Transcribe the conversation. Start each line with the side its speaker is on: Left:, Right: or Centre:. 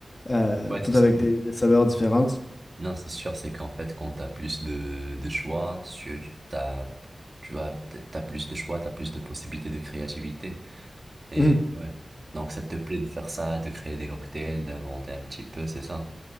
Left: euh,
Right: <laughs> ouais,
Left: toutes
Right: c'est sûr.
Left: avec des, des saveurs différentes.
Right: Non, c'est sûr, c'est qu'en fait, quand t'as plus de, de choix, tu, t'as, tu vois, t'as t'as plus de choix, t'as plus de possibilités de créativité. Et
Left: Mhm.
Right: ouais. Donc, ça te plaît de faire ça, de créer des cocktails, d'inventer un petit peu, c'est ça.